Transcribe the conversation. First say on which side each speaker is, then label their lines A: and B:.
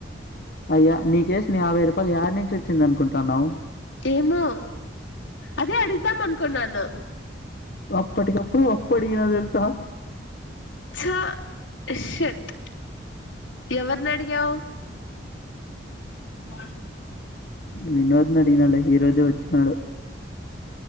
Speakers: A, on the left; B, on the left.
A: అయ్యా నీ కేేసు నీ యాభై రూపాయలు ఏడు నుంచి వచ్చింది అనుకుంటున్నావు.
B: ఏమో అదే అడుగుదాం అనుకున్నాను
A: అప్పటికిప్పుడు అప్పు అడిగినా తెలుసా
B: చ షట్ ఎవరిని అడిగావు ఆ
A: వినోద్ నడిగనాల ఈ రోజే వచ్చినాడు